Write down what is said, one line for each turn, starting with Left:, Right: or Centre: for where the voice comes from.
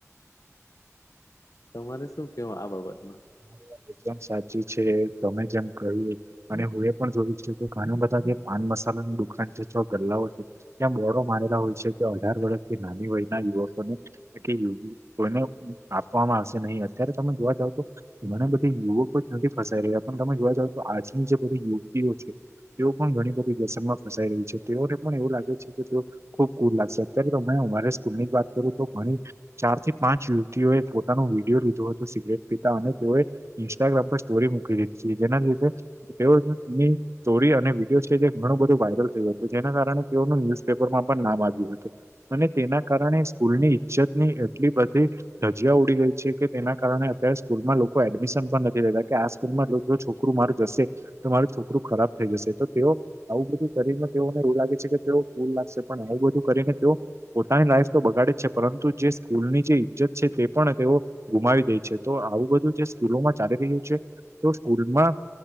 Left: તમારે શું કેવા આ બાબતમા
Right: મારી વાત એકદમ સાચી છે. તમે જેમ કહ્યું અને હું એ પણ જોયું છું કે ઘણું બધા કે પાન મસાલાનુંની દુકાન છે. છ ગલ્લાઓ છે. ત્યાં મોોરો મારેલા હોય છે. કે અઢાર વર્ષથી નાની વયના યુવકોને એ યુગ કોઈને આપવામાં હશે નહી, અત્યારે તમે જોવા જાવ તો એ મને બધી યુવકો જ નથી ફસાઈ રહ્યા પણ તમે જોવા જાવ તો આજની જે બધી યુવતીઓ છે. તેઓ પણ ઘણી બધી વસમમાં ફસાઈ રહી છે. તેઓને પણ એવું લાગે છે કે ખુબ કુ લાગશે અત્યારે તો અમારે સ્કૂલ ની જ વાત કરું તો ઘણી ચાર થી પાંચ યુવતીઓએ પોતાનો વિડીિયો લીધો હતોું સિગરેટ પીતા અને તેઓએ ઇન્સ્ટાગ્રામ પર સ્ટોરી મૂકી દીધી છે જેના લીધે તેઓની સ્ટોરી અને વિડીયો છે જે ઘણું બધું વાયરલ થયું હતું જેના કારણે તેઓનું ન્યુઝપેપરમાં પણ નામ આવ્યું હતુ અને તેના કારણે સ્કૂલની ઈજ્જત ની એટલી બધી ધજીયા ઉડી ગઈ છે. કે તેના કારણે અત્યારે સ્કૂલમાં લોકો કોઈ એડમિશન પણ નથી લેતા કે આ સ્કૂલમાં છોકરું, મારું જશે તમા મારું છોકરું ખરાબ થઈ, જશે તો તેઓ આવું બધું કરીને તેઓને એવું લાગે છે, કે તેઓ ફૂલ લાગશે પણ આવું બધું કરીને તેઓ પોતાની લાઈફ તો બગાડે જ છે. પરંતુ જે સ્કૂલની જે ઈજ્જત છે, તે પણ તેઓ ગુમાવી દે છે તો આવું બધું જે સ્કૂલોમાં ચાલી રહ્યું છે. તો સ્કૂલમાં